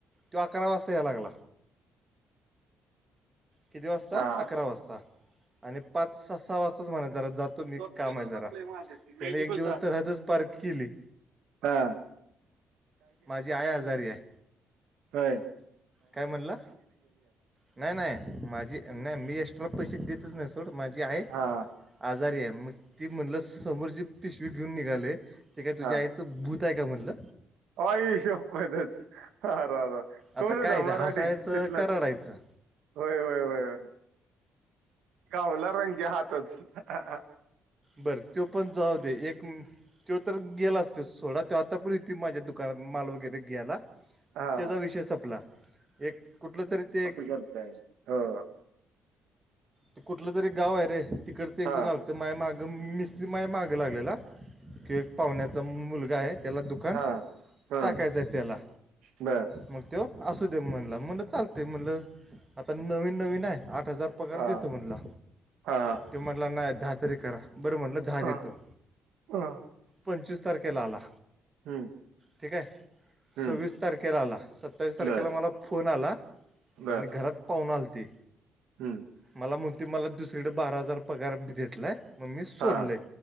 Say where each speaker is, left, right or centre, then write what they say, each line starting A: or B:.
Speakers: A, on the right; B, on the right.
A: तो अकरा वाजता याय लागला. किती वाजता
B: हा
A: अकरा वाजता आणि पाच स सहा वाजताच म्हणा जरा जात तो मी
B: बसलंय
A: काम आहे जरा
B: माझ्या
A: त्याने एक दिवस तर हद्दचं पार केली.
B: हा
A: माझी आय आजारी आहे.
B: व्हयं.
A: काय म्हणला नाही नाही माझी नाही मी एस पैसे देतच नाही सोड माझी आहे
B: हा
A: आजारी आहे मग ती म्हणलं समोरची पिशवी घेऊन निघालयं ते काय तुझ्या
B: हा
A: आईचं भूत आहे काय म्हणलं.
B: आई शप्पथचं आ रा रा. कोण
A: आता
B: होता
A: काय ते
B: मराठी
A: हसायचं
B: तिथलाच.
A: का रडायचं
B: होय होय होय होय घावला रंगे हातच अ हा हा.
A: बरं तो पण जाऊ दे एक म तो तर गेलाच तो सोडा तो आता बर येतोय माझ्या दुकानात माल वगैरे घ्यायला.
B: हा
A: त्याचा विषय संपला एक कुठलं तरी ते एक
B: नर साय हो.
A: ते कुठलं तरी गाव आहे रे तिकडच एक
B: हा
A: जण आलतं माझ्या माग गम मिस्त्री माझ मागं लागलेला की पाहुण्याचा मुलगा आहेत. त्याला दुकान
B: हा हा
A: टाकायचंय त्याला
B: बर
A: मग त्यो असू दे म्हणला म्हणलं चालतयं म्हणलं आता नवीन नवीन आहे आठ हजार पगार
B: हा
A: देत म्हणला
B: हा
A: तो म्हणला नाही दहा तरी करा बर म्हणलं दहा
B: हा
A: देतो
B: हा
A: पंचवीस तारखेला आला.
B: हम्म.
A: ठिक आहे.
B: हम्म
A: सव्वीस तारखेला आला सत्तावीस तारखेला
B: बर
A: मला फोन आला
B: बर
A: आणि घरात पाहूणं आलते.
B: हम्म.
A: मला म्हणतोय मला दुसरीकडं बारा हजार पगार भेटलाय. मग मी सोडलंयं
B: हा